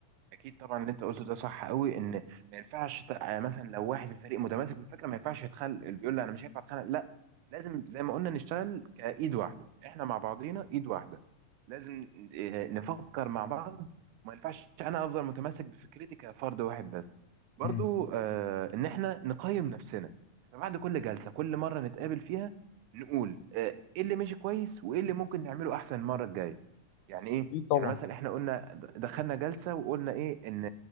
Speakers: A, on the right (about 85°); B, on the left (about 80°).
A: اكيد طبعا اللي انت قلته ده صح قوي ان ما ينفعش ت- آه، مثلا لو واحد في الفريق متماسك بالفكره ما ينفعش يتخلق اللي بيقول لي انا مش هينفع اتخانق لا لازم زي ما قلنا نشتغل كايد واحده احنا مع بعضينا ايد واحده لازم آه، نفكر مع بعض وما ينفعش انا افضل متمسك بفكرتي كفرد واحد بس برضو
B: مم.
A: آه، ان احنا نقيم نفسنا فبعد كل جلسه كل مره نتقابل فيها نقول آه، ايه اللي ماشي كويس وايه اللي ممكن نعمله احسن المره الجايه يعني ايه
B: اكيد طبعا
A: يعني مثلا احنا قلنا دخلنا جلسه وقلنا ايه ان